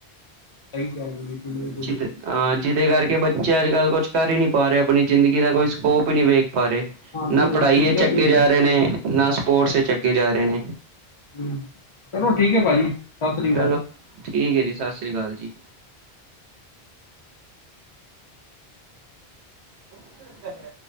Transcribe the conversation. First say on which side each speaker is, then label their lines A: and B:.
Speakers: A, on the left; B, on the right.
A: ਸਹੀ ਕਹਿ ਰਹੇ ਹੋ ਜੀ, ਬਿਲਕੁਲ
B: ਜਿਦੇ
A: ਤੁਸੀਂ।
B: ਹਾਂ, ਜਿਹਦੇ ਕਰਕੇ ਬੱਚੇ ਅੱਜ ਕੱਲ੍ਹ ਕੁਛ ਕਰ ਹੀ ਨਹੀ ਪਾ ਰਹੇ, ਆਪਣੀ ਜ਼ਿੰਦਗੀ ਦਾ ਕੋਈ ਸਕੋਪ ਹੀ ਨਹੀਂ ਵੇਖ ਬਾਰੇ, ਨਾ
A: ਜੀ
B: ਪੜ੍ਹਾਈ
A: ਫਿਊਚਰ
B: ਵਿੱਚ ਅੱਗੇ
A: ਨਹੀਂ
B: ਜਾ
A: ਹੈ
B: ਰਹੇ ਨੇ, ਨਾ ਸਪੋਰਟਸ ਵਿੱਚ ਅੱਗੇ ਜਾ ਰਹੇ ਨੇ।
A: ਹੂ, ਚਲੋ ਠੀਕ ਹੈ ਭਾਜੀ, ਸਤਿ ਸ੍ਰੀ
B: ਚਲੋ
A: ਅਕਾਲ।
B: ਠੀਕ ਹੈ ਜੀ, ਸਤਿ ਸ਼੍ਰੀ ਅਕਾਲ ਜੀ। <unintelligible>